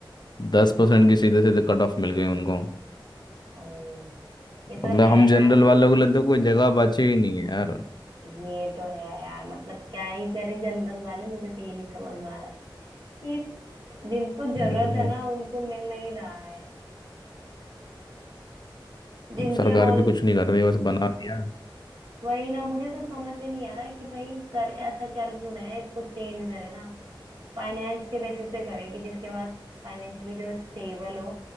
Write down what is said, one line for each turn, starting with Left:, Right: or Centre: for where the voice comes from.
Left: दस
Right: यार
Left: परसेंट की सीधे सीधे कट ऑफ मिल गई उनको
Right: ओ ये तो
Left: मतलब
Right: है
Left: हम
Right: यार
Left: जनरल वालों के लिए तो कोई जगह बची ही नहीं है यार
Right: ये तो है यार मतलब क्या ही करे जनरल वाले मुझे तो ये नहीं समझ में आ रहा है ये जिनको जरूरत
Left: मतलब
Right: है ना उनको मिल नहीं रहा है जिनके
Left: सरकार
Right: ऑल
Left: भी कुछ नहीं कर रही बस बना दिया
Right: वही ना मुझे तो समझ में नहीं आ रहा है कि भाई कर ऐसा कर क्यों रहे हैं इसको चेंज करे ना फाइनेंस के बेसिस पे करे कि जिसके पास फाइनेंशियली जो स्टेबल हो